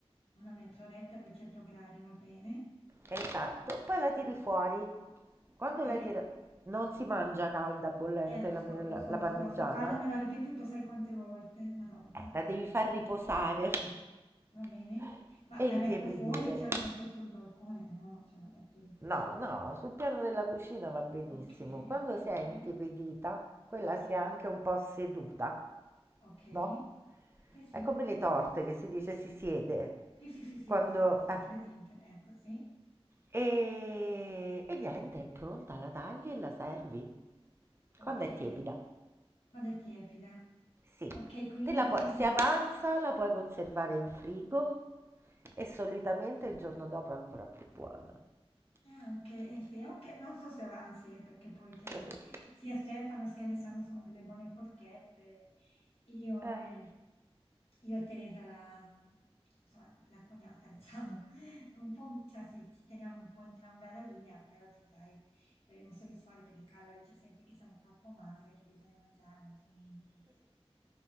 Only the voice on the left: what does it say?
Una mezz'oretta, 200 gradi, va bene.
Ok,
Eh, lo
so,
lo so,
lo
so, lo so. Carla me l'ha ripetuto sai quante volte, Madonna.
Va bene.
Ma la
metto fuori, cioè la metto sul balcone? No, cioè la metto in cucina.
Okay,
okay,
okay.
Sì,
okay.
Sì, sì.
Sì, sì, sì, sì,
lo so, lo so,
ho presente. Ecco, sì.
Okay.
Quando è tiepida.
Okay, quindi
cioè mi
Ah okay, e speriamo che non so se avanzi, eh, perché poi c'hai
lì sia Stefano sia Alessandro sono delle buone forchette. Io
e io e Teresa, la insomma la cognata diciamo, <laughs> un po' cioè sì, ci teniamo un po' entrambe alla linea, però sì dai, dovremmo soddisfare perché Carla dice sempre che siamo troppo magre, e che bisogna mangiare altrimenti eh